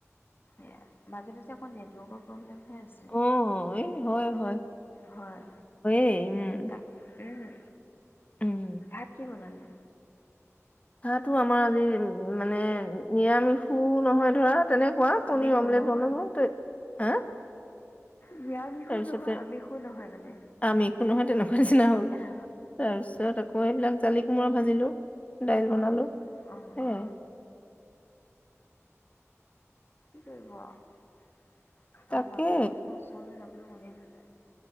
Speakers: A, on the left; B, on the left.
A: এয়া মাজে-মাজে, অ', নেটৱৰ্কৰ প্ৰব্লেম, হৈ আছে
B: অ', এই হয়-হয়-হয়
A: হয়
B: এ উম'
A: তাক উম'
B: উম
A: ভাত কি বনালে?
B: ভাতো আমাৰ আজি উম 'মানে নিৰামিষো নহয় ধৰা, তেনেকুৱা
A: আমিষো
B: কণী-অমলেট
A: নহয়
B: বনালো তে হা
A: নিৰামিষো
B: তাৰপিছতে
A: নহয় আমিষো নহয় মানে,
B: আম একো নহয় তেনেকা, নিচনা হল
A: অ
B: তাৰপিছত আকৌ, মই এইবিলাক জালি-কোমোৰা ভাজিলো। দাইল-বনালো
A: অ অ
B: হেয়াই।
A: অ কি কৰিব আৰু
B: তাকে
A: মাছ-মাংসৰ ওচৰলৈ যাব, মনে নাযায়